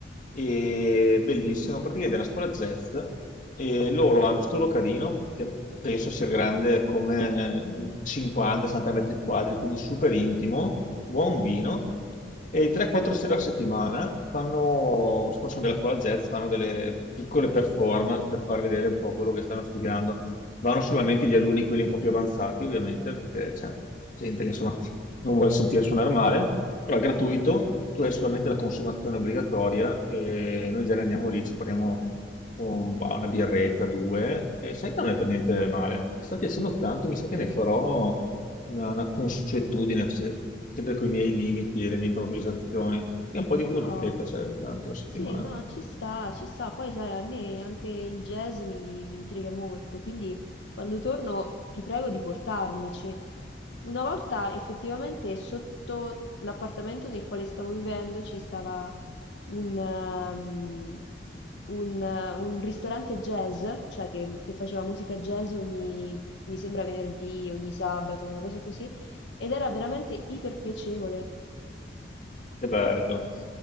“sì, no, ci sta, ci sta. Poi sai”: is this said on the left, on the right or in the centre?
Left